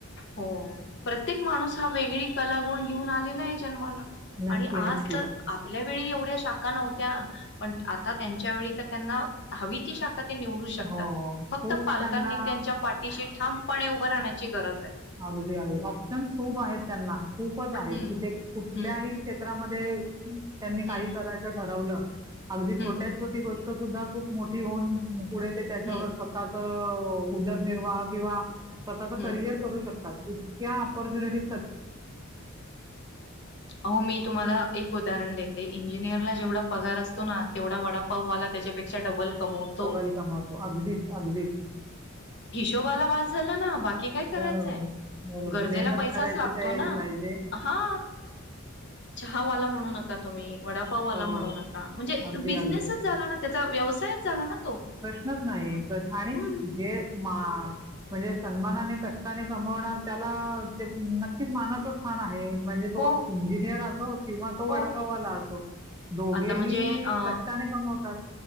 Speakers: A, on the left; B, on the right.
A: हो प्रत्येक माणूस हा वेगळी कला घेऊन आलेला आहे जनमाला
B: नक्की
A: आणि आज
B: नक्कीच
A: तर आपल्या एवढ्या शाखा नव्हत्या पण आता त्यांच्या व त्यांना ह त शाखा निवडू शकतात
B: हो. हो.
A: फक्त
B: खूप
A: पालकांनी
B: त्यांना
A: त्यांच्या पाठीशी ठामपणे उभं राहण्याची गरज आहे
B: अगदी ऑप्शन्स खूप आहेत त्यांना खूपच आहेत
A: हम्म
B: की ते कुठल्याही
A: हम्म
B: क्षेत्रात त्यांनी
A: हम्म
B: काही करायचं ठरवलं अगदी छोट्या
A: हम्म
B: छोटी गोष्ट सुद्धा खूप मोठी होऊन पुढे ते त्याच्यावर
A: हम्म
B: स्वतःच उदरनिर्वाह किंवा स्वतःचा
A: हम्म
B: करिअर करू शकतात इतक्या ऑपॉर्च्युनिटी
A: हो मी तुम्हाला एक उदाहरण देते ते इंजिनिअरला जेवढा पगार असतो ना तेवढा वडापाव वाला त्याच्यापेक्षा डबल कमवतो.
B: वेलकम होत अगदीच अगदीच
A: हिशोबाला वास झाला ना बाकी काय करायचंय
B: बरोबर, बरोबर.
A: गरजेला
B: मेहनत
A: पैसाच
B: करायची
A: लागतो
B: तयारी पाहिजे.
A: हा चहावाला म्हणू नका तुम्ही वडापाऊ आला
B: हो,
A: म्हणून आता म्हणजे
B: अगदी,
A: बिझनेसच
B: अगदी.
A: झाला ना त्याचा व्यवसायच झाला ना तो
B: प्रश्नच नाही् आणि
A: हम्म
B: जे मा म्हणजे सन्मानाने कष्टाने कमवणार त्याला ते नक्कीच मानाचं स्थान आहे म्हणजे
A: हो
B: तो इंजिनियर असो किंवा तो
A: हो.
B: वडापावाला असो दोघेही
A: आता म्हणजे अ
B: कष्टाने कमवतात